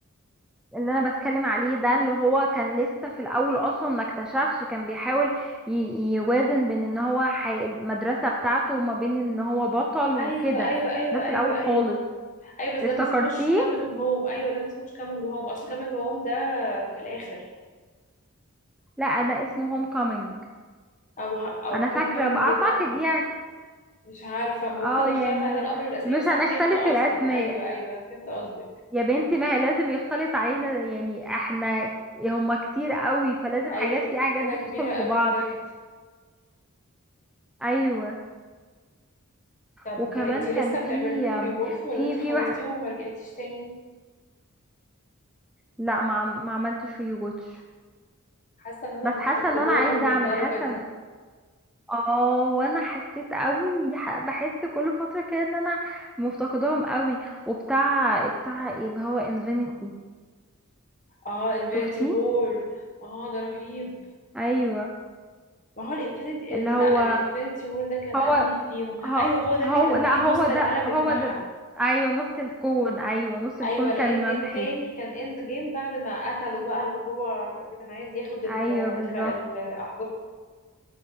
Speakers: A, in the centre; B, on the left.
A: اللي انا بتكلم عليه ده اللي هو كان لسه في الاول اصلا ما اكتشفش كان بيحاول ي- يوازن بين ان هو حي... المدرسة بتاعته وما بين ان هو بطل وكده
B: ايوه ايوه ايوه
A: ده في
B: ايوه
A: الاول
B: ايوه
A: خالص
B: ايوه بس ده
A: افتكرتيه
B: ما اسموش كامينج هوم ايوه ده ما اسموش كامينج هوم اصل كامينج هوم ده في الاخر
A: لا ده اسمه هوم كومينج
B: او ه... او
A: انا
B: هوم
A: فاكرة
B: كامينج
A: بقى اعتقد
B: ده م-
A: يعني
B: مش عارفه
A: اه
B: ممكن اختلط
A: يعني
B: علينا الامر والاسامي
A: مش
B: بس
A: هنختلف
B: انا فهمت قصدك
A: في الاسماء
B: ايوه ايوه انا فهمت قصدك
A: يا بنتي ما هي لازم يختلط علينا يعني احنا هما كتير قوي فلازم
B: ايوه
A: حاجات في حاجات
B: سلسله
A: بتدخل
B: كبيره
A: في
B: قوي
A: بعض
B: بجد
A: ايوه
B: طب
A: وكمان
B: انتي
A: كان
B: لسه
A: في
B: بتعملي لهم ريواتش ولا
A: في
B: انتي
A: في
B: خلصتيهم
A: واحد
B: وما رجعتيش تاني
A: لا ما عم- ما عملتش ريوتش
B: حاسه ان انا
A: بس
B: مفتقداهم
A: حاسه ان انا عايزه
B: للدرجه
A: اعمل حاسه
B: دي
A: إن- اه وانا حسيت قوي ح- بحس كل فتره كده ان انا مفتقداهم قوي وبتاع بتاع ايه اللي هو انفينيتي
B: اه انفينيتي
A: شفتيه
B: وور اه ده رهيب
A: ايوه
B: ما هو الانفينيتي
A: اللي هو
B: لا الانفينيتي وور ده كان
A: هو
B: انهي فيهم
A: هو,
B: ايوه هو ده اللي
A: هو
B: كان
A: لا
B: فيه
A: هو
B: نص
A: ده
B: العالم
A: هو
B: اتمحى
A: ده ايوه نص الكون ايوه نص الكون
B: ايوه لان
A: كان ممحي
B: التاني كان اند جيم بعد ما قتله بقى اللي هو اللي كان عايز ياخد ال-
A: ايوه
B: الخ-
A: بالظبط
B: الاحجار